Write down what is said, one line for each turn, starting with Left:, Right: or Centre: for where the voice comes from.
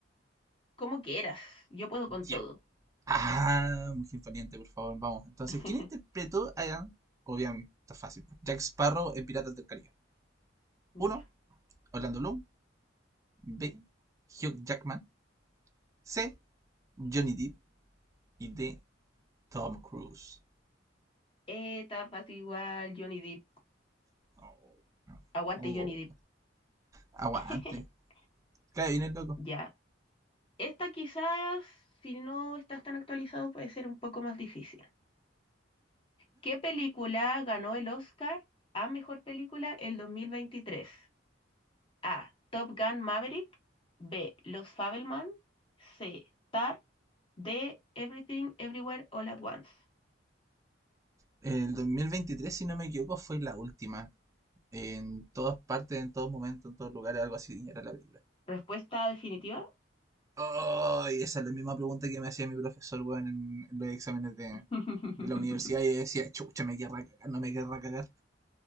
Left: Como quieras. Yo puedo con
Right: Ya.
Left: todo.
Right: Ah, Mujer Valiente, por favor, vamos. Entonces,
Left: <laughs>
Right: ¿quién interpretó a... Obviamente, está fácil. Jack Sparrow en Piratas del Caribe.
Left: Ya.
Right: uno Orlando Bloom. B. Hugh Jackman. C. Johnny Depp. Y D. Tom Cruise.
Left: Esta fácil igual, Johnny Depp.
Right: Oh,
Left: Aguante
Right: oh,
Left: Johnny Depp.
Right: aguante.
Left: <laughs>
Right: Cae bien el loco.
Left: Ya. Esta quizás, si no estás tan actualizado, puede ser un poco más difícil. ¿Qué película ganó el Oscar a mejor película el 2023? A. Top Gun Maverick. B. Los Fabelman. C. Tar. D. Everything Everywhere All at Once.
Right: El 2023, si no me equivoco, fue la última. En todas partes, en todos momentos, en todos lugares, algo así era la película.
Left: Respuesta definitiva.
Right: Ay, esa es la misma pregunta que me hacía mi profesor, weón, en, en los exámenes de,
Left: <laughs>
Right: de la universidad. Y yo decía, chucha, me querrá cagar, no me querrá cagar.